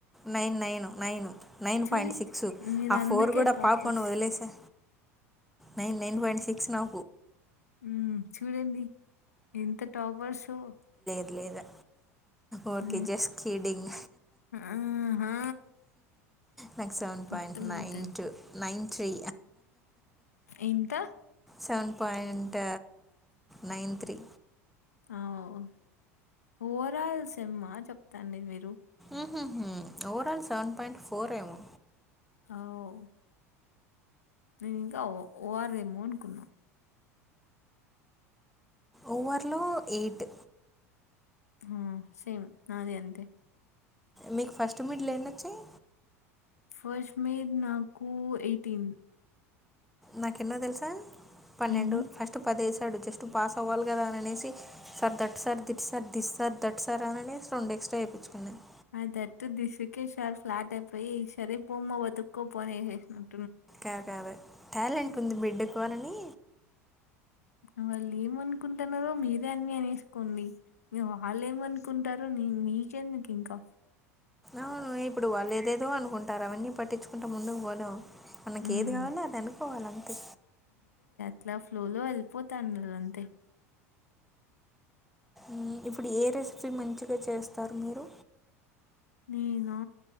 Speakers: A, in the centre; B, on the left.
A: నైన్ నైను నైను నైన్
B: చూడి
A: పాయింట్ సిక్స్
B: మీరందుకే
A: ఆ ఫోర్ కూడా
B: టాపర్స్
A: పాపని వదిలేసా nine nine point six now
B: ఊ చూడండి ఎంత టాపర్సో
A: లేదా ఉరికే
B: ఆ!
A: జస్ట్ కిడ్డింగ్
B: ఆహా
A: నాక్ సెవెన్ పాయింట్
B: అర్థమైతాంది
A: నైన్ టూ నైన్ త్రీ
B: ఎంత
A: సెవెన్ పాయింట్ నైన్ త్రీ
B: అవ్ ఓవరాల్ సెమ్ ఆ చెప్తాండి మీరు
A: ఉహు హూ overall seven point four ఏమో
B: అ ఓ నేను ఇంకా ఓ ఓఆర్ ఎమో అనుకున్నా
A: ఓవర్ లో ఎయిట్
B: హా సేమ్ నాది అంతే
A: మీకు ఫస్ట్ మిడ్లో ఎన్నోచయ్
B: ఫస్ట్ మీర్ నాకు ఎయిటీన్
A: నాకు ఎన్నో తెలుసా పన్నెండు
B: ఎన్ని
A: ఫస్ట్ పదేస్ తడు జస్ట్ పాస్ అవ్వాలి కదా అని అనేసి sir that sir దిట్ sir this sir that sir అని అనేసి రెండు ఎక్స్ట్రా వేయించుకున్నాను
B: అ that the this okay sir flat అయిపోయి సరే పోమ వోతుకో పో అని ఎస్సిండ్
A: కాద వే టాలెంట్ ఉంది బిడ్డకు అని
B: ఉ వాళ్ళు ఏమనుకుంటన్నారో మీరే అన్ని అనేసుకోండి ఇగ వాళ్ళు ఏమనుకుంటారో మ్ మీకేందుకు ఇంకా
A: అవును ఇప్పుడు వాళ్ళు ఏదేదో అనుకుంటారు అవన్నీ పట్టించుకుంటే ముందుకు పోలెం మనకి
B: హ్మ్.
A: ఏది కావాలో అది అనుకోవాల అంతే
B: ఇట్లా ఫ్లో లో వెళ్ళిపోతాన్నారు అంతే
A: ఊ ఇప్పుడు ఏ రెసిపీ మంచిగా చేస్తారు మీరు
B: నేను